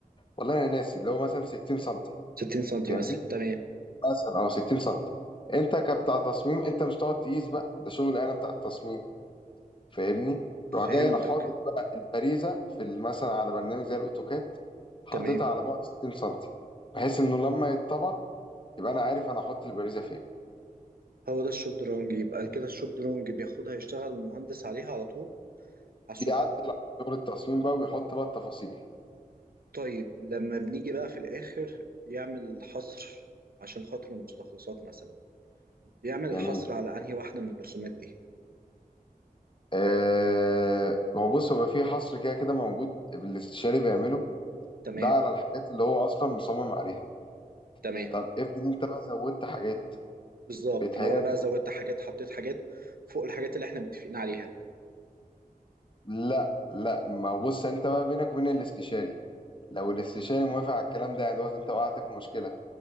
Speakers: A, on the left; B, on the right.
A: والله أنا ناسي اللي هو مثلا 60 سنتي
B: 60 سنتي
A: جميل
B: مثلا تمام
A: مثلا أو 60 سنتي أنت كبتاع تصميم أنت مش تقعد تقيس بقى ده شغل أنا بتاع التصميم فاهمني
B: فهمتك
A: روح جاي أنا حاطط بقى البريزة في ال- مثلا على برنامج زي الأوتوكاد حاططها
B: تمام
A: على بعد 60 سنتي بحيث إنه لما يتطبع يبقى أنا عارف أنا هحط البريزة فين
B: هو ده الشبدرونج يبقى كده الشبدرونج بياخدها يشتغل المهندس عليها على طول على الشغل
A: بيعدل على دور التصميم بقى ويحط بقى التفاصيل
B: طيب لما بنيجي بقى في الآخر يعمل حصر عشان خاطر المستخلصات مثلا بيعمل الحصر
A: جميل
B: على أنهي واحدة من الرسومات دي
A: آه هو بص هو في حصر كده كده موجود الاستشاري بيعمله
B: تمام
A: ده على الحاجات اللي هو اصلا مصمم عليها
B: تمام
A: طب افرض انت بقى زودت حاجات
B: بالظبط
A: بيتهيألي
B: لو أنا بقى زودت حاجات حطيت حاجات فوق الحاجات اللي احنا متفقين عليها
A: لا لا ما هو بص انت بقى بينك وبين الاستشاري لو الاستشاري موافق على الكلام ده يعني دوت انت وقعت في مشكله